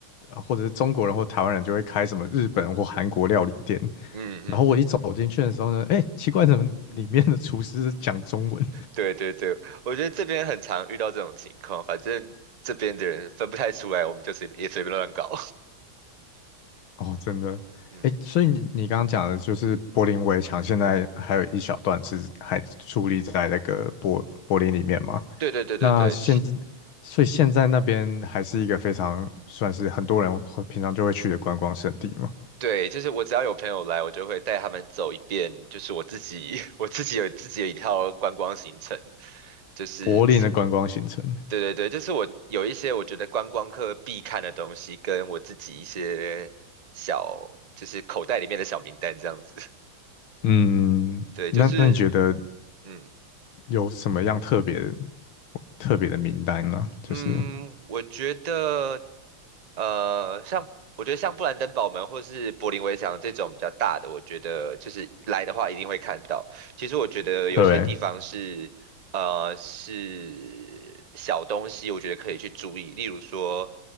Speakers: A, on the left; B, on the right.
A: 呃或者是中国人或台湾人就会开什么日本或韩国料理店，
B: 嗯嗯嗯，
A: 然后我一走进去的时候呢，哎，奇怪，怎么里面的厨师是讲中文？
B: 对对对，我觉得这边很常遇到这种情况，反正这边的人分不太出来，我们就随也随便乱搞，
A: 哦，真的，
B: <laughs> 嗯，
A: 哎，所以你你刚刚讲的就是柏林围墙，现在还有一小段是还矗立在那个柏柏林里面吗？
B: 对对对对对。
A: 那现在，所以现在那边还是一个非常算是很多人会平常就会去的观光胜地嘛，
B: 对，就是我只要有朋友来，我就会带他们走一遍，就是我自己 <laughs> 我自己有自己的一套观光行程，就是
A: 柏林的观光行程。
B: 对对对，就是我有一些我觉得观光客必看的东西，跟我自己一些小就是口袋里面的小名单这样子。
A: 嗯，
B: <laughs> 对，
A: 那那你觉得
B: 就是嗯，
A: 有什么样特别特别的名单呢？就是
B: 嗯，我觉得，呃，像我觉得像布兰登堡门或是柏林围墙这种比较大的，我觉得就是来的话一定会看到。其实我觉得有些地方是，
A: 对，
B: 呃，是小东西，我觉得可以去注意。例如说，